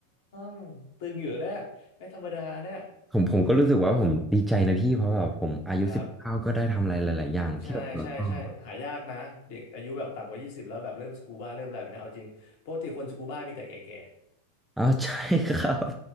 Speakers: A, on the left; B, in the centre.
A: มตึงอยู่เนี่ยไม่ธรรมดาเนี่ย
B: ผมผมก็รู้สึกว่าผมดีใจนะพี่เพราะแบบผมอายุสิบเก้าก็ได้ทำอะไรหลายๆอย่างที่แบบเราชอบอะ
A: ครับใช่ใช่ใช่หายากนะเด็กอายุแบบต่ำกว่ายี่สิบแล้วแบบเริ่มสกูบ้าเริ่มอะไรแบบเนี้ยเอาจริงปกติคนสกูบ้ามีแต่แก่
B: อ๋อใช่ครับ